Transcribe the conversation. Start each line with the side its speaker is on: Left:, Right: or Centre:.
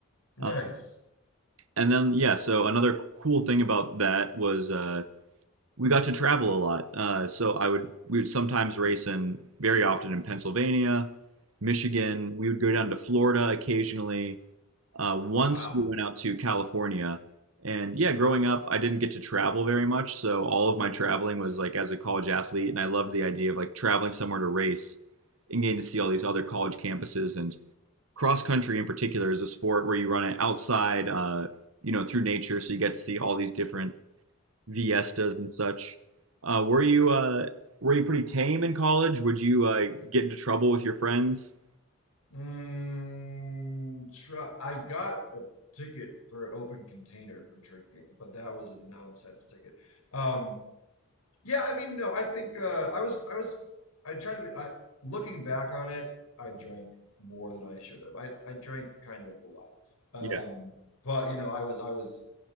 Left: Nice.
Right: Uh, and then, yeah, so another cool thing about that was uh, we got to travel a lot. Uh, so I would we would sometimes race in very often in Pennsylvania, Michigan. We would go down to Florida occasionally. Uh, once
Left: Wow.
Right: we went out to California, and yeah, growing up, I didn't get to travel very much, so all of my traveling was like as a college athlete, and I loved the idea of like traveling somewhere to race and getting to see all these other college campuses and cross country in particular is a sport where you run it outside, uh, you know, through nature, so you get to see all these different Viestas and such. Uh, were you uh, were you pretty tame in college? Would you uh, get into trouble with your friends?
Left: Mm, try, I got a ticket for an open container for drinking, but that was a nonsense ticket. Um, yeah, I mean, no, I think uh, I was, I was, I tried to be. I, looking back on it, I drank more than I should have. I, I drank kind of a lot, um,
Right: Yeah.
Left: but you know, I was, I was